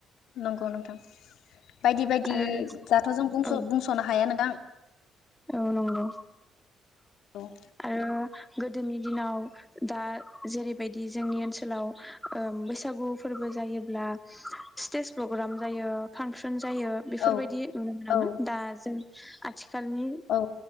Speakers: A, on the left; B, in the centre.
A: नंगौ नोंथां। बायदि बायदि
B: आरो
A: दाथ' जों बुंस'
B: औ
A: बुंस'नो हाया नोंथां।
B: औ नंगौ।
A: औ।
B: आरो गोदोनि दिनाव दा जेरैबायदि जोंनि ओनसोलाव ओ बैसागु फोरबो जायोब्ला स्टेज प्रग्राम जायो फांसन जायो बेफोरबायदि
A: औ
B: नुनो मोनामोन
A: औ
B: दा जों आथिख खालनि
A: औ